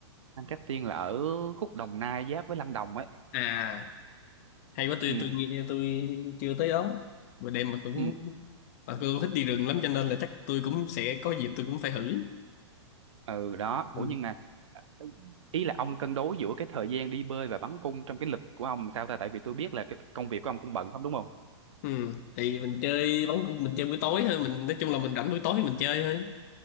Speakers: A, on the right (about 85°); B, on the left (about 35°).
A: Nam Cát Tiên là ở khúc Đồng Nai giáp với Lâm Đồng ấy
B: à hay quá tôi
A: ừ.
B: tôi nghe tôi chưa tới đó bữa đêm mà cũng
A: ừ.
B: mà tôi cũng thích đi rừng lắm cho nên là chắc tôi cũng sẽ có dịp tôi cũng phải thử
A: ừ đó
B: Ừ.
A: ủa nhưng mà ờ, ý là ông cân đối giữa cái thời gian đi bơi và bắn cung trong cái lịch của ông sao ta tại vì tôi biết là cái công việc của ông cũng bận không đúng không
B: Ừ, thì mình chơi bắn cung mình chơi buổi tối thôi mình nói chung là mình rảnh buổi tối thì mình chơi thôi